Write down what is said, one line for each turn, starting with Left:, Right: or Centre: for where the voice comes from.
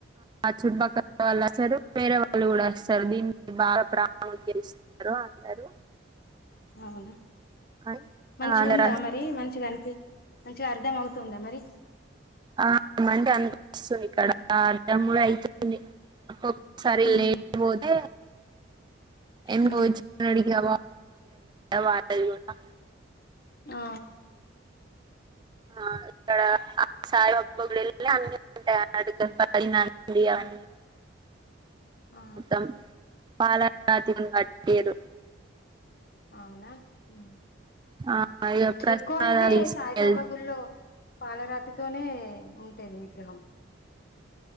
Right: చూట్టూ పక్కల వాళ్ళు వస్తారు వేరే వాళ్ళు కూడా వస్తారు దీన్ని బాగా ప్రాణం తెలుస్తారు అందరూ
Left: అవునా
Right: అని
Left: మంచిగా
Right: అందరు
Left: ఉందా మరి మంచిగా అనిపి మంచిగా అర్థం అవుతుందా మరి
Right: ఆమంటే అంతపిస్తు ఇక్కడ అర్ధఅయి ఒక్కోసారి
Left: ఉమ్
Right: లేట్ పోతె ఎ <unintelligible>
Left: ఉమ్
Right: వచ్చడి <unintelligible> వాళ్ళది కూడా
Left: ఆ
Right: ఆక్కడ సాయిబాబా గుడిలో అన్ని ఉంటాయి అడుగ పడినండి <unintelligible> అవన్నీ
Left: ఆ
Right: మొత్తం పాలరాతితో కట్టిండ్లు
Left: అవునా హ్మ్మ్
Right: ఆ, ఇక ప్రసాదాలు
Left: ఎక్కువ అంటే
Right: తీసుకెళ్తారు
Left: సాయిబాబా గుళ్ళో పాలరాతితోనే ఉంటది విగ్రహం